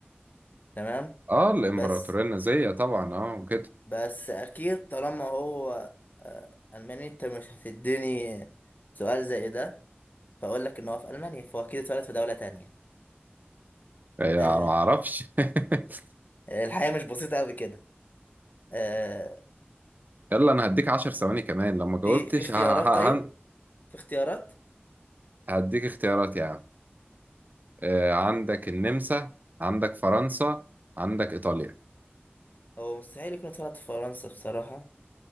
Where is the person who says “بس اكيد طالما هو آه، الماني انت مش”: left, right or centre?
Left